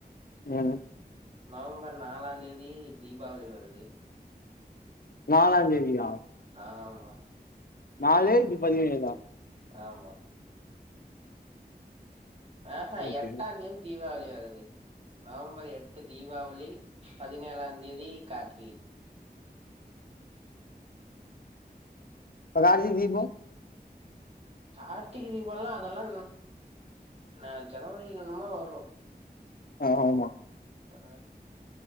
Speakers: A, on the left (about 60°); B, on the right (about 40°).
A: ம்
B: நவம்பர் நாலாந் தேதி தீபாவளி வருது
A: நாலாந் தேதியா
B: ஆமா
A: நாலு இது பதினேழா
B: ஆமா ஆ ஹா
A: ஓகே.
B: எட்டாந் தேதி தீபாவளி வருது நவம்பர் எட்டு தீபாவளி பதினேழாம் தேதி கார்த்திகை
A: அப்ப கார்த்திக தீபம்
B: கார்த்திக தீபோல்லா அதெல்லா நா ஜனவரில எனமே வரு
A: ஆமா
B: ஆ